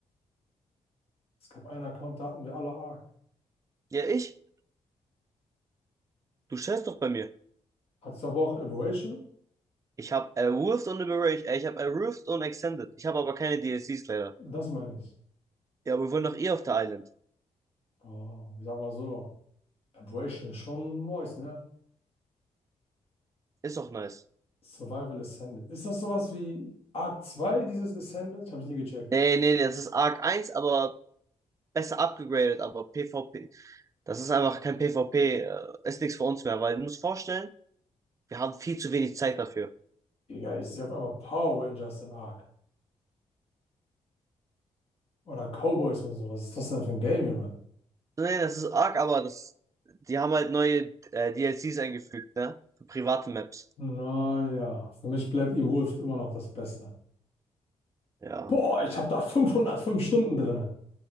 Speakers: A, on the left; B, on the right.
A: Es gab einen Account, da hatten wir alle Ark.
B: Ja, ich? Du schätzt doch bei mir.
A: Hattest du aber auch Aberration?
B: Ich hab Erwurft und Liberation, äh, ich hab Erwurft und Extended. Ich habe aber keine DLCs leider.
A: Das meine ich.
B: Ja, aber wir wollen doch eh auf der Island.
A: Oh, ich sag mal so. Aberration ist schon nice, ne?
B: Ist doch nice.
A: Survival Ascended. Ist das sowas wie Ark 2? dieses Ascended? Habe ich nie gecheckt.
B: Nee, nee, das ist Arc eins, aber besser abgegradet, aber PvP, das ist einfach kein PvP, äh, ist nichts für uns mehr, weil du musst vorstellen, wir haben viel zu wenig Zeit dafür.
A: Digga, ich sehe auf einmal Power Rangers in Ark Oder Cowboys und so. Was ist das denn für ein Game, Junge?
B: Nee, das ist arg, aber das, die haben halt neue äh, DLCs eingefügt, ne? Für private Maps.
A: Naja, für mich bleibt Evolved immer noch das Beste.
B: Ja,
A: Boah, ich habe da fünfhundertfünf Stunden drinne.